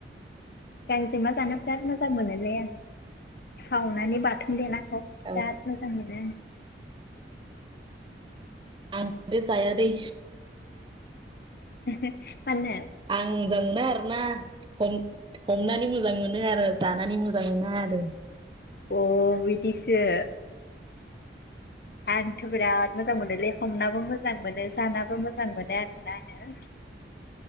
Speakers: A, on the left; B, on the right.
A: गांजेमा जानो बिराद मोजां मोनोलै आं सावनानै बाथोन देना
B: औ
A: जा मोजां मोनो
B: <unintelligible> जायादै
A: <inaudible> मानो
B: आं मोजां मोना आरोना खम हमनानै मोजां मोनो आरो जानानै मोजां मोना आरो
A: अ बिदिसो आंथ' बिराद मोजां मोनोलै हमनाबो मोजां मोनो जानाबो मोजां मोनो आरोना आंङो